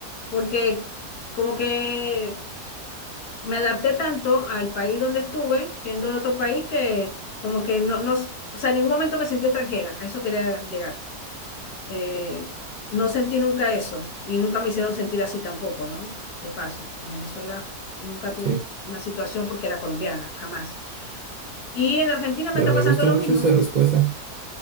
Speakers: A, on the left (about 70°); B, on the right (about 85°).
A: porque como que me adapté tanto al país donde estuve, siendo de otro país, que como que no, no, s- o sea, en ningún momento me sentí extranjera, a eso quería llegar. Eh, no sentí nunca eso y nunca me hicieron sentir así tampoco, ¿no? De paso, en Venezuela nunca tuve
B: sí,
A: una situación porque era colombiana, jamás. Y en Argentina me
B: pero
A: está
B: me
A: pasando
B: gusta
A: lo
B: mucho
A: mismo,
B: esa respuesta.